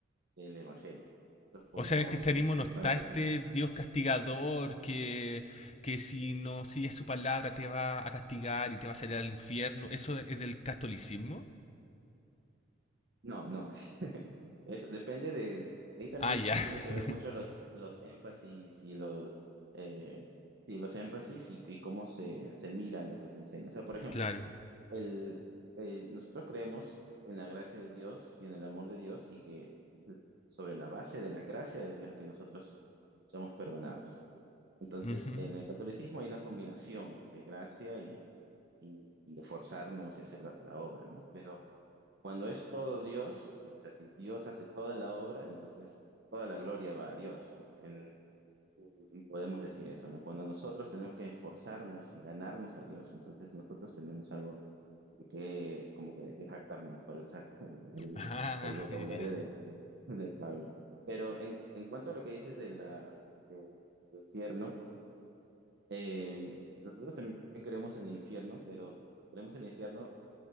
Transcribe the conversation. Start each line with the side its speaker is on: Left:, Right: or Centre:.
Right: del Evangelio. Nosotros ponemos
Left: O sea, en el cristianismo no
Right: mucho
Left: está
Right: énfasis.
Left: este Dios castigador que, que si no sigues su palabra te va a castigar y te va a salir al infierno. ¿Eso es del catolicismo?
Right: No, no. <laughs> Es, depende de... Ahí también
Left: Ah,
Right: t-
Left: ya, <laughs>
Right: tiene que ver mucho los, los énfasis y los... eh, y los énfasis y, y cómo se, se mira lo que se enseña. O sea, por ejemplo,
Left: claro.
Right: el, eh, nosotros creemos en la gracia de Dios y en el amor de Dios y que pues, sobre la base de la gracia de Dios que nosotros somos perdonados. Entonces,
Left: Ujú.
Right: en el catolicismo hay una combinación de gracia y, y, y esforzarnos y hacer la, la obra, ¿no? Pero cuando es todo Dios, o sea, si Dios hace toda la obra, entonces toda la gloria va a Dios, ¿no? En- y podemos decir eso, ¿no? Cuando nosotros tenemos que esforzarnos y ganarnos a Dios, entonces nosotros tenemos algo de qué, como que de qué jactarnos, para usar <laughs> el, el-
Left: Ah,
Right: el vocabulario
Left: ya,
Right: de, de Pablo. Pero en, en cuanto a lo que dices de la, de- del infierno, eh, nosotros también creemos en el infierno, pero creemos en el infierno